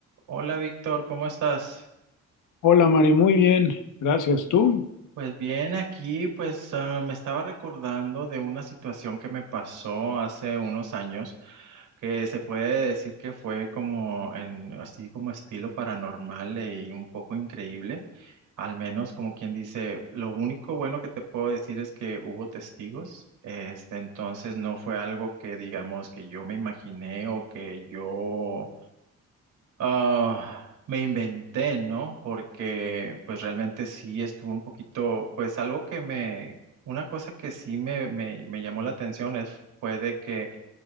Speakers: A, on the right; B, on the left.
A: Hola Víctor, ¿cómo estás?
B: Hola Mari, muy bien, gracias. ¿Tú?
A: Pues bien, aquí pues ah, me estaba recordando de una situación que me pasó hace unos años que se puede decir que fue como en así como estilo paranormal y un poco increíble, al menos como quien dice, lo único bueno que te puedo decir es que hubo testigos, este entonces no fue algo que digamos que yo me imaginé o que yo Ah, me inventé, ¿no? Porque pues realmente sí estuvo un poquito, pues algo que me, una cosa que sí me, me, me llamó la atención es, fue de que